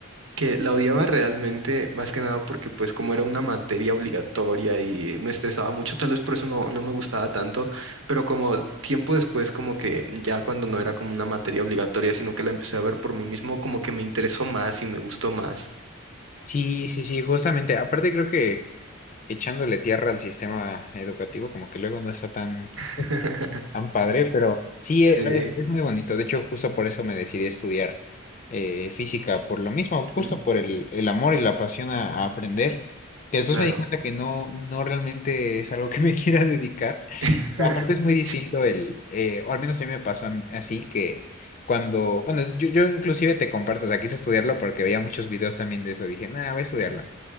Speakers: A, on the right; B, on the left.
A: que la odiaba realmente más que nada porque pues como era una materia obligatoria y me estresaba mucho, tal vez por eso no, no me gustaba tanto, pero como tiempo después como que ya cuando no era como una materia obligatoria, sino que la empecé a ver por mí mismo, como que me interesó más y me gustó más.
B: Sí, sí, sí, justamente, aparte creo que echándole tierra al sistema educativo, como que luego no está tan
A: <laughs>
B: Tan padre, pero sí,
A: Sí,
B: e- es, es muy bonito. De hecho, justo por eso me decidí a estudiar eh, física, por lo mismo, justo
A: ujú,
B: por el, el amor y la pasión a, a aprender, que después
A: claro.
B: me di cuenta que no, no realmente es algo que me <laughs> quiera dedicar.
A: <laughs>
B: Aparte es muy distinto el, eh, o al menos a mí me pasó am- así, que cuando, bueno, yo, yo inclusive te comparto, o sea, quise estudiarlo porque veía muchos videos también de eso, dije, nada, voy a estudiarlo.
A: Ujú,